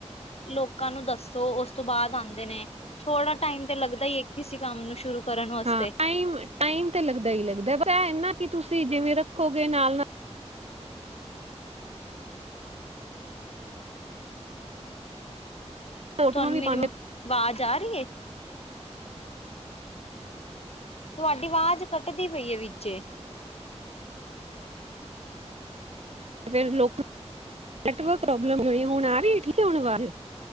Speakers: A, on the left; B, on the right.
A: ਲੋਕਾਂ ਨੂੰ ਦੱਸੋ, ਉਸ ਤੋਂ ਬਾਅਦ ਆਉਂਦੇ ਨੇ। ਥੋੜਾ ਟਾਈਮ ਤੇ ਲੱਗਦਾ ਹੀ ਹੈ। ਇੱਕ ਕਿਸੇ ਕੰਮ ਨੂੰ ਸ਼ੁਰੂ ਕਰਨ ਵਾਸਤੇ।
B: ਹਾਂ ਟਾਈਮ, ਟਾਈਮ ਤੇ ਲੱਗਦਾ ਹੀ ਲੱਗਦਾ ਐ। ਪਰ ਇਹ ਨਾ ਕਿ ਤੁਸੀਂ ਜਿਵੇਂ ਰੱਖੋਗੇ, ਨਾਲ- ਨਾਲ ਫੋਟੋਆਂ
A: ਤੁਹਾਨੂੰ
B: ਵੀ
A: ਮੇਰੀ,
B: ਪਾਉਂਦੇ
A: ਆਵਾਜ਼ ਆ ਰਹੀ ਹੈ। ਤੁਹਾਡੀ ਆਵਾਜ਼ ਕੱਟਦੀ ਪਈ ਏ ਵਿੱਚੇ।
B: ਫੇਰ ਲੋਕ ਨੈਟਵਰਕ ਪ੍ਰੋਬਲਮ ਹੋਣੀ ਹੈ। ਹੁਣ ਆ ਰੀ, ਠੀਕ ਐ ਹੁਣ ਵਾਜ।